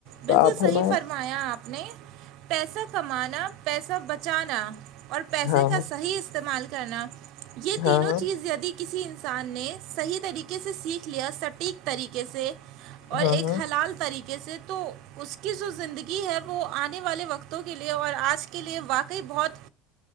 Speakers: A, on the left; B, on the right.
A: تو
B: بالکل
A: آپ فرمائیں
B: صحیح فرمایا آپ نے پیسہ کمانا پیسہ بچانا اور پیسے
A: ہاں
B: کا صحیح استعمال کرنا یہ تینوں
A: ہاں ہاں
B: چیز دی <unintelligible> کسی انسان نے صحیح طریقے سے سیکھ لیا سٹیک طریقے سے اور
A: ہاں
B: ایک
A: ہاں
B: حلال طریقے سے تو اس کی جو زندگی ہے وہ آنے والے وقتوں کے لیے اور آج کے لیے واقعی بہت